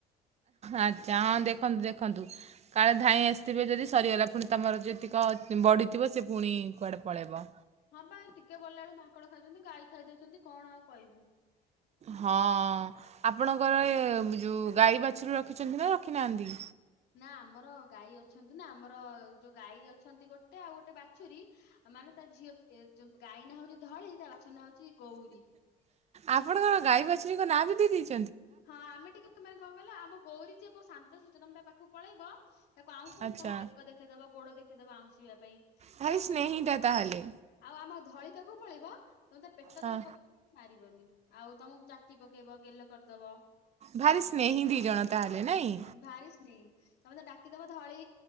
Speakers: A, on the right; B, on the left.
A: ଆଚ୍ଛା ହଁ ଦେଖନ୍ତୁ ଦେଖନ୍ତୁ। କାଳେ ଧାଇଁ ଆସିଥିବେ ଯଦି ସରିଗଲା, ପୁଣି ତୁମର ଯେତିକ ବଢ଼ିଥିବ ସେ ପୁଣି କୁଆଡ଼େ ପଳାଇବ।
B: ହଁ ବା ଟିକେ ଗଲାଆଳକୁ ମାଙ୍କଡ ଖାଇଦେଉଛନ୍ତି ଗାଈ ଖାଇଦଉଛନ୍ତି କଣ ଆଉ କହିବୁ।
A: ହଁ ଆପଣଙ୍କର ଯୋଉ ଗାଈ ବାଛୁରି ରଖିଛନ୍ତି ନା ରଖିନାହାନ୍ତି?
B: ନା ଆମର ଗାଈ ଅଛନ୍ତି ନା ଆମର ଯୋଉ ଗାଈ ଅଛନ୍ତି ଗୋଟେ ଆଉ ଗୋଟେ ବାଛୁରୀ ମାନେ ତା ଝିଅ ଏ-ଯ ଗାଈ ନା ହଉଛି ଧଳି ତା ବାଛୁରି ନା ହଉଛି ଗୌରୀ।
A: ଆପଣଙ୍କର ଗାଈ ବାଛୁରୀଙ୍କ ନାଁ ବି ଦେଇ ଦେଇଛୁ।
B: ହଁ ଆମେ ଟିକେ ମାନେ କଣ କହିଲ ଆମ ଗୌରୀ ଯିଏ ବହୁତ ଶାନ୍ତ ଶିଷ୍ଟ ତମେ ତା ପାଖକୁ ପଳେଇବ ତାକୁ ଆଉ କହୁ
A: ଆଚ୍ଛା
B: ବେକ ଦେଖେଇଦବ ଗୋଡ ଦେଖେଇଦବ ଆଉଁସିବା ପାଇଁ
A: ଭାରି
B: ବହୁତ,
A: ସ୍ନେହିଟା ତାହେଲେ
B: ଆଉ ଆମ ଧଳି ପାଖକୁ ପଳେଇିବ ତମେ ତା ପେଟ
A: ହଁ
B: ତଳେ ପ ମାରିବନି ଆଉ ତମକୁ ଚାଟି ପକେଇବ ଗେଲ କରିଦବ।
A: ଭାରି ସ୍ନେହୀ ଦି ଜଣ ତା ହେଲେ ନାଇଁ?
B: ଭାରି ସ୍ନେହୀ ତମେ ତାକୁ ଡାକିଦବ ଧଳି